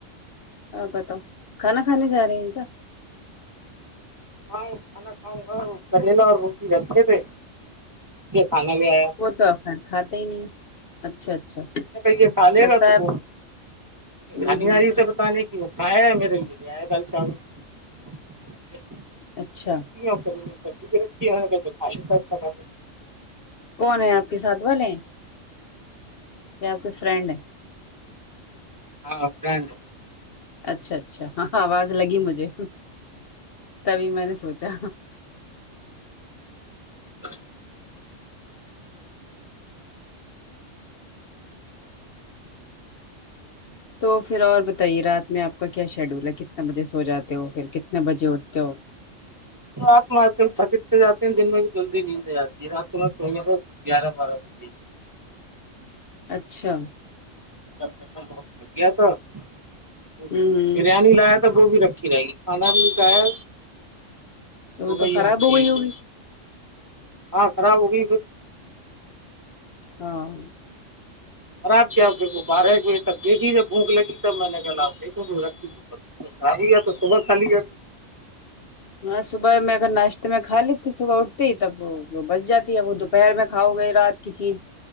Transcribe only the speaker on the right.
ہاں کھانا کاؤں گا کریلا اور روٹی رکھے تھے یہ کھانا لے آیا
<unintelligible>
<unintelligible> <unintelligible>
ہاں فرینڈ
<inaudible>
<unintelligible> گیارہ بارہ بجے
<unintelligible>
وہ بھی رکھی رہے گی کھانا بھی نہیں کھایا
بھائی
آپ کو
لیجیے
ہاں خراب ہو گئی پھر
خراب کیا پھر کو بارہ ایک بجے تک دیکھی جب بھوک لگی تب میں نے کہا لا ادر رکھلے <unintelligible>